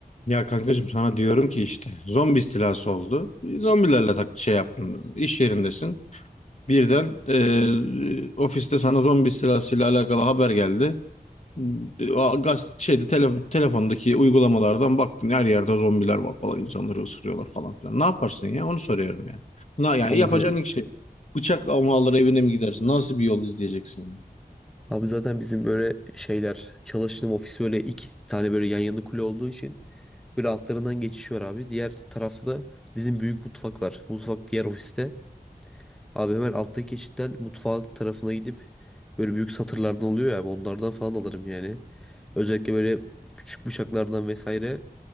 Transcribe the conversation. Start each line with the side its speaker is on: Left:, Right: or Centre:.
Left: Ya kankacığım sana diyorum ki işte zombi istilası oldu. Zombilerle tak şey yaptın. İş yerindesin. Birden e, ofiste sana zombi istilasıyla alakalı haber geldi. E, a- Gaz şeyde tele- telefondaki uygulamalardan baktın her yerde zombiler var falan insanları ısırıyorlar falan filan. Ne yaparsın ya? Onu soruyorum ya. Na, yani
Centre: Abi,
Left: yapacağın
Centre: za-
Left: ilk şey bıçak mı alır evine mi gidersin? Nasıl bir yol izleyeceksin ya?
Centre: abi zaten bizim böyle şeyler çalıştığım ofis böyle iki tane böyle yan yana kule olduğu için böyle altlarından geçiş var abi. Diğer tarafta da bizim büyük mutfak var. Mutfak diğer ofiste. Abi hemen alttaki geçitten mutfak tarafına gidip böyle büyük satırlardan oluyor ya abi, onlardan falan alırım yani. Özellikle böyle küçük bıçaklardan vesaire